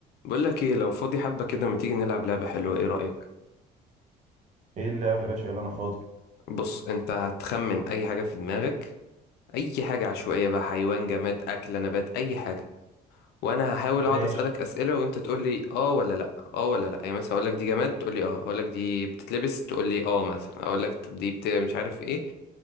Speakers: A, on the left; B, on the right.
A: بقول لك ايه لو فاضي حبة كده ما تيجي نلعب لعبة حلوة ايه رأيك
B: ايه اللعب يا باشا يلا انا فاضي
A: بص انت هتخمن اي حاجة في دماغك اي حاجة عشوائية بقى حيوان جماد اكلة نبات اي حاجة وانا هحاول اقعد
B: ماشي
A: اسألك اسئلة وانت تقول لي اه ولا لا اه ولا لا يعني مثلا اقول لك دي جماد تقول لي اه اقول لك دي بتتلبس تقول لي اه مثلا اقول لك طب دي بت... مش عارف ايه